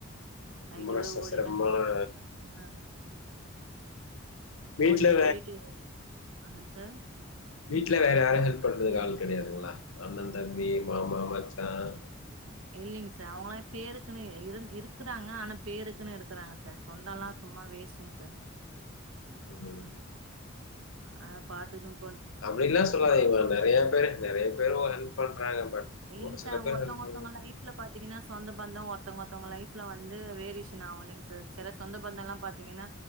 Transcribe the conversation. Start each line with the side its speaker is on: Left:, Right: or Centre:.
Right: நயிட்டியோட
Left: ரொம்ப கஷ்டம்
Right: ஓடிட்டு
Left: சிரமமான
Right: அந்த ஆஹ்
Left: வீட்ல
Right: ஓடிட்டு ஓடிட்டு அதங்க சார்
Left: வீட்டுல வேற யாரும் ஹெல்ப் பண்றதுக்கு ஆள் கெடையாதுங்களா அண்ணன் தம்பி மாமா மச் ஆஹ்
Right: இல்லிங்க சார் அவங்களாம் பேருக்குன்னு இரு இருக்கறாங்க ஆனா பேருக்குன்னு இருக்கறாங்க சார் சொந்தம்ல்லாம் சும்மா வேஸ்ட்ங்க சார்
Left: ம்.
Right: அஹ் பாத்துகும்
Left: அப்படில்லாம் சொல்லாதீங்கமா நெறைய பேரு நெறைய பேரும் ஒரு ஹெல்ப் பண் பன்றாங் பட்
Right: இல்லைங்க
Left: ஒரு சில
Right: சார்
Left: பேர்
Right: ஒருத்தவங்க
Left: ஹெல்ப் பண்ண
Right: ஒருத்தவங்க லைஃப்ல பாத்தீங்கன்னா சொந்த பந்தம் ஒருத்தவங்க ஒருத்தவங்க லைஃப்ல வந்து வேரிஷன் ஆக இல்லைங்க சார் சில சொந்த பந்தம் எல்லாம் பாாரத்தீங்கன்னா